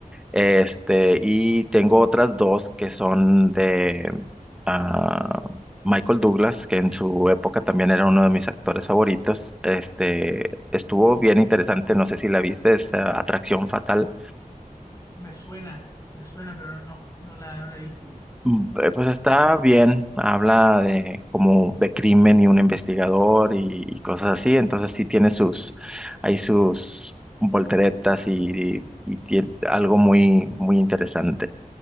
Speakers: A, in the centre; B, on the left.
A: este, y tengo otras dos que son de ah, Michael Douglas, que en su época también era uno de mis actores favoritos, este, estuvo bien interesante, no sé si la viste, es ah, Atracción Fatal.
B: Me suena, me suena, pero no, no la, no la he visto.
A: Mm, eh, Pues está bien, habla de como de crimen y un investigador y, y cosas así, entonces sí tiene sus, hay sus volteretas y, y, tiene algo muy, muy interesante.